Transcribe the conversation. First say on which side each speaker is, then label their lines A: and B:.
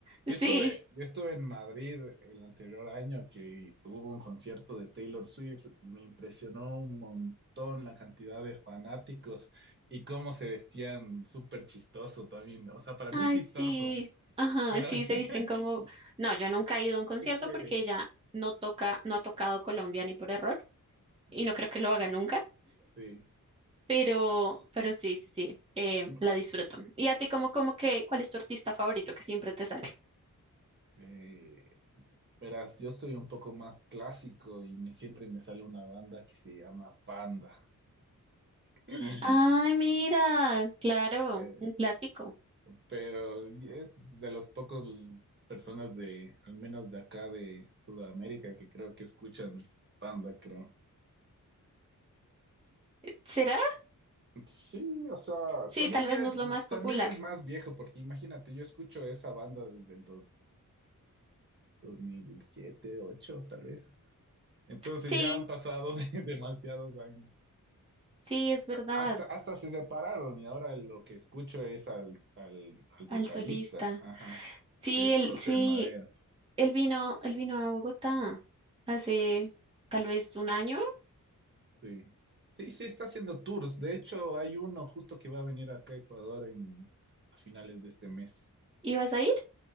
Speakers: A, on the right (about 15°); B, on the right (about 35°).
A: Sí.
B: Yo estuve, yo estuve en Madrid el anterior año que hubo un concierto de Taylor Swift. Me impresionó un montón la cantidad de fanáticos y cómo se vestían súper chistoso también. O sea, para
A: Ay,
B: mí chistoso,
A: sí. Ajá,
B: pero
A: sí,
B: <laughs>
A: se visten como... No, yo nunca he ido a un concierto
B: es que
A: porque ella no toca, no ha tocado Colombia ni por error y
B: ya,
A: no creo que lo haga nunca,
B: sí.
A: pero, pero sí, sí, sí, eh,
B: Mm,
A: la disfruto. ¿Y a ti como, como que, cuál es tu artista favorito que siempre te sale?
B: Eh, Verás, yo soy un poco más clásico y me, siempre me sale una banda que se llama Panda. <laughs>
A: Ay, mira, claro,
B: Eh,
A: un clásico.
B: pero es de los pocos l- personas de, al menos de acá de Sudamérica, que creo que escuchan Panda, creo.
A: ¿Será?
B: Sí, o sea,
A: Sí,
B: también
A: tal vez
B: ya
A: no
B: es,
A: es lo más
B: también
A: popular.
B: es más viejo, porque imagínate, yo escucho esa banda desde el 2006, 2007, ocho, tal vez. Entonces
A: Sí,
B: ya han pasado <laughs> demasiados años.
A: sí, es verdad,
B: Hasta, hasta se separaron y ahora lo que escucho es al, al, al
A: al
B: vocalista,
A: solista.
B: ajá,
A: Sí,
B: que es
A: el,
B: José
A: sí,
B: Madero,
A: Él vino, él vino a Bogotá hace tal vez un año.
B: sí. Sí, sí, está haciendo tours. De hecho, hay uno justo que va a venir acá a Ecuador en, a finales de este mes.
A: ¿Ibas a ir?